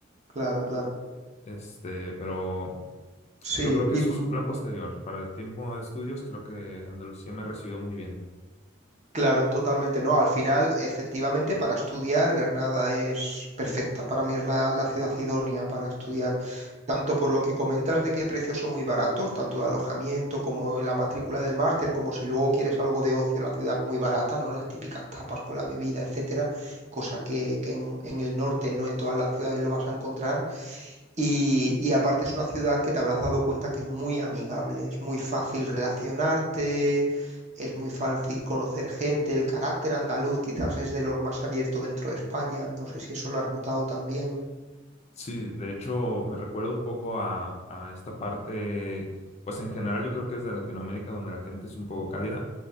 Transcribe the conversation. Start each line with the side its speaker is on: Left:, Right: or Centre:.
Right: claro, claro.
Left: Este, pero
Right: Sí,
Left: yo creo que
Right: y
Left: eso es un plan posterior. Para el tiempo de estudios, creo que Andalucía me recibió muy bien.
Right: Claro, totalmente no. Al final, efectivamente, para estudiar, Granada es perfecta. Para mí es la, la ciudad idónea para estudiar, tanto por lo que comentas de que precios son muy baratos, tanto de alojamiento como en la matrícula del máster, como si luego quieres algo de ocio, la ciudad es muy barata, ¿no? Las típicas tapas con la bebida, etcétera, cosa que, que en, en el norte no en todas las ciudades lo vas a encontrar. Y, y aparte es una ciudad que te habrás dado cuenta que es muy amigable, es muy fácil relacionarte, es muy fácil conocer gente, el carácter andaluz quizás es de los más abiertos dentro de España, no sé si eso lo has notado también.
Left: Sí, de hecho me recuerda un poco a, a esta parte, pues en general yo creo que es de Latinoamérica donde la gente es un poco cálida.